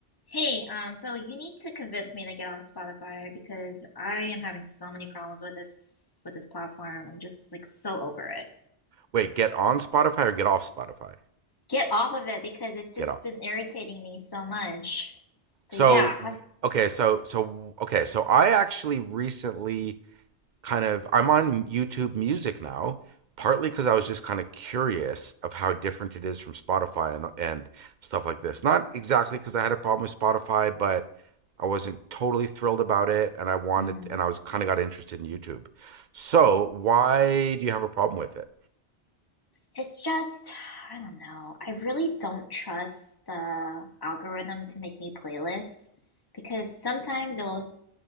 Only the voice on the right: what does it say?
Wait, get on Spotify or get off Spotify?
Get off.
So
okay, so so okay, so I actually recently kind of I'm on YouTube Music now, partly because I was just kind of curious of how different it is from Spotify and and stuff like this. Not exactly because I had a problem with Spotify, but I wasn't totally thrilled about it, and I wanted
and I was kind of got interested in YouTube. So why do you have a problem with it?